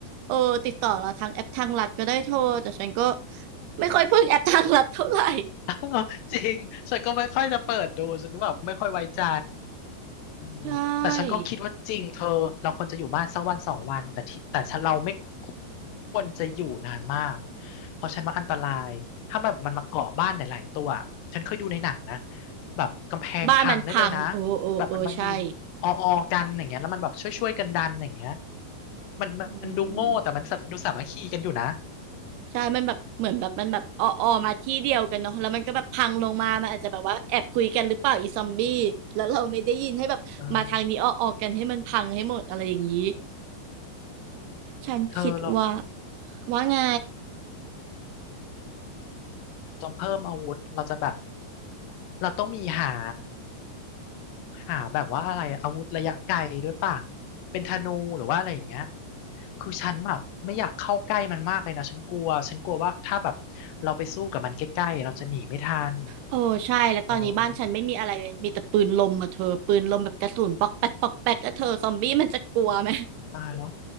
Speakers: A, on the right; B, on the left.
A: เออติดต่อเราทางแอปทางลัดก็ได้โทรแต่ฉันก็ไม่ค่อยพึ่งแอปทางลัดเท่าไหร่
B: <laughs> จริงฉันก็ไม่ค่อยจะเปิดดูฉันแบบไม่ค่อยไว้ใจ
A: <laughs>
B: อืมแต่ฉันก็คิดว่าจริงเธอเราควรจะอยู่บ้านสักวันสองวันแต่ที่แต่ฉันเราไม่
A: ใช่
B: ควรจะอยู่นานมากเพราะฉันว่าอันตรายถ้ามันมันมาเกาะบ้านหลายๆตัวฉันเคยดูในหนังนะแบบกำแพงพังได้เลยนะ
A: บ้านมันพังโอ้โอ้โอ้ใช่
B: แบบมันมายืนอออกันอย่างเงี้ยแล้วมันแบบช่วยๆกันดันอย่างเงี้ยมันมันดูโง่แต่มันดูสามัคคีกันอยู่นะ
A: อืมใช่มันแบบเหมือนแบบมันแบบออออมาที่เดียวกันเนาะแล้วมันก็แบบพังลงมามันอาจจะแบบว่าแอบคุยกันหรือเปล่าอีซอมบี้แล้วเราไม่ได้ยินให้แบบมาทางนี้ออออกันให้มันพังให้หมดอะไรอย่างนี้
B: เออ
A: ฉันคิดว่า
B: เธอเรา
A: ว่าไง
B: จนเพิ่มอาวุธเราจะแบบเราต้องมีหาหาแบบว่าอะไรอาวุธระยะไกลด้วยป่ะเป็นธนูหรือว่าอะไรอย่างเงี้ยคือฉันแบบไม่อยากเข้าใกล้มันมากเลยนะฉันกลัวฉันกลัวว่าถ้าแบบเราไปสู้กับมันใกล้ๆเราจะหนีไม่ทัน
A: โอ้ใช่แล้วตอนนี้บ้านฉันไม่มีอะไรเลยมีแต่ปืนลมอะเธอปืนลมแบบกระสุนปอกแป๊กปอกแป๊กแล้วเธอซอมบี้มันจะกลัวไหม
B: โอ้ตายแล้ว